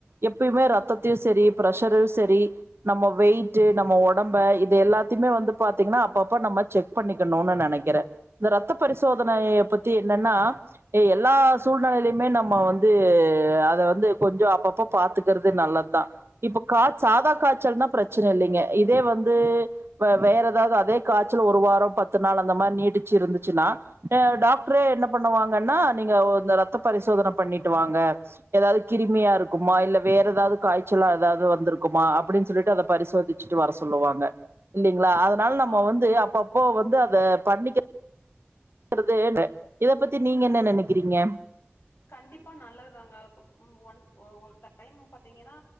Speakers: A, on the right (about 70°); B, on the left (about 70°).
A: எப்பயுமே ரத்தத் தயு சரி பிரஷரு சரி நம்ம வெயிட்டு நம்ம உடம்ப இது எல்லாத்தயுமே வந்து பாத்தீங்கன்னா அப்பப்ப நம்ம செக் பண்ணிக்கணுனு நெனைக்கிறே இந்த ரத்த பரிசோதனைய பத்தி என்னன்னா எல்லா சூழ்நெலைலயுமே நம்ம வந்து அத வந்து கொஞ்சோ அப்பப்ப பாத்துக்கறது நல்ல தா இப்ப கா சாதா காச்சல்ன்னா பிரச்சன இல்லைங்க இதே வந்து இப்ப வேற ஏதாவது அதே காச்சல் ஒரு வாரோ பத்து நாள் அந்த மார் நீடிச்சு இருந்துச்சுன்னா அ டாக்டரே என்ன பண்ணுவாங்கன்னா நீங்க இந்த ரத் த பரிசோதன பண்ணிட்டு வாங்க ஏதாது கிருமியா இருக்குமா இல்ல வேற ஏதாவது காய்ச்சலா ஏதாவது வந்துருக்குமா அப்டின் சொல்லிட்டு அதப் பரிசோதிச்சிட்டு வர சொல்லுவாங்க இல்லிங்களா அதனால நம்ம
B: ஆமாங்க
A: வந்து அப்பப்ப வந்து அத பண்ணிக் கரது இத பத்தி நீங்க என்ன நெனக்கிறீங்க
B: கண்டிப்பா நல்லதாங்க ஒன் ஒரு டைம் பாத்தீங்கன்னா